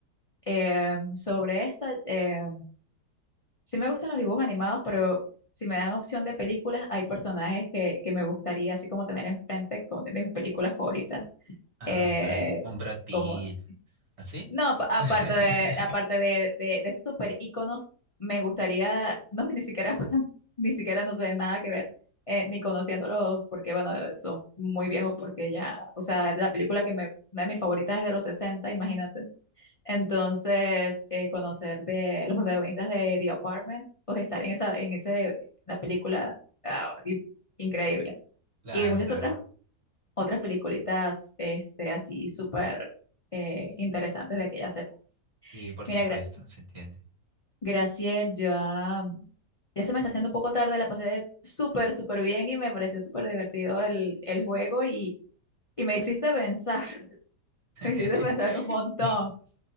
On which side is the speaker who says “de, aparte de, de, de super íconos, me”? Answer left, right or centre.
Left